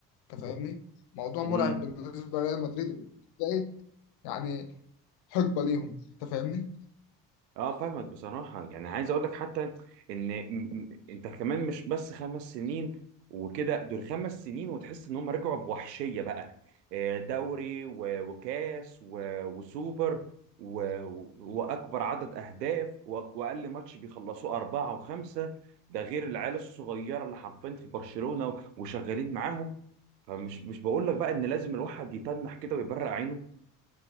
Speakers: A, on the left (about 50°); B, on the right (about 75°).
A: أنت فاهمني؟ موضوع مرعب
B: رأيك
A: بالنسبة لريال مدريد بقيت يعني حقبة ليهم أنت فاهمني؟
B: اه فاهمك بصراحة يعني عايز اقول لك حتى ان م- م- انت كمان مش بس خمس سنين وكده دول خمس سنين وتحس ان هم رجعوا بوحشية بقى آه، دوري و- وكاس و- وسوبر و- و- واكبر عدد اهداف و- واقل ماتش بيخلصوه اربعة وخمسة ده غير العيال الصغيرة اللي حرفيا في برشلونة وشغالين معاهم فمش مش بقول لك بقى ان لازم الواحد يتنح كده ويبرق عينه